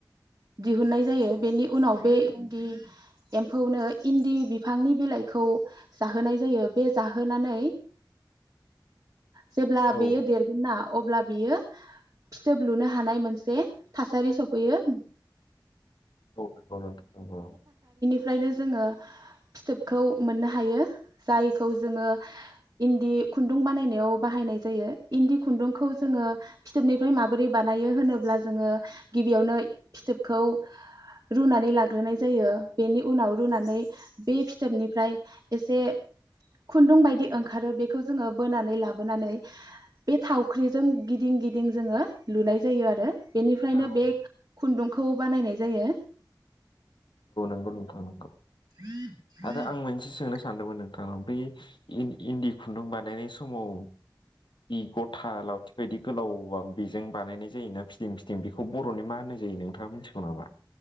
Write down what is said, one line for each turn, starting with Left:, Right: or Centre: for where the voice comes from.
Right: दिहुननाय जायो बेनि उनाव बे दि एम्फौनो इन्दि बिफांनि बिलाइखौ जाहोनाय जायो बे जाहोनानै जेब्ला बेयो
Left: औ
Right: देरगोनना? अब्ला बियो फिथोब लुनो हानाय मोनसे थासारि सफैयो।
Left: औ नंगौ नोंथां नंगौ।
Right: फ्रायनो जोङो फिथोबखौ मोननो हायो जायखौ जोङो इन्दि खुन्दुं बानायनायाव बाहायनाय। जायो इन्दि खुन्दुंखौ जोङो फिथोबनिफ्राय माबोरै बानायो होनोब्ला जोङो गिबियावनो फिथोबखौ रुनानै लाग्रोनाय जायो बेनि उनाव रुनानै बे फिथोबनिफ्राय एसे खुन्दुं बायदि ओंखारो बेखौ जोङो बोनानै लाबोनानै बे थावख्रिजों गिदिं गिदिं जोङो लुनाय जायो आरो बेनिफ्रायनो
Left: औ
Right: बे खुन्दुंखौ बानायनाय जायो।
Left: नोंगौ नोंथां नंगौ।
Right: <unintelligible>
Left: आरो आं मोनसे सोंनो सानदोंमोन नोंथां बै इन्दि खुन्दुं बानायनाय समाव जि गथा लावथि बायदि गोलावा बेजों बानायनाय जायोना फिदिं फिदिं बेखौ बर'नि मा होननाय जायो नोंथाङा मिथिगौ नामा?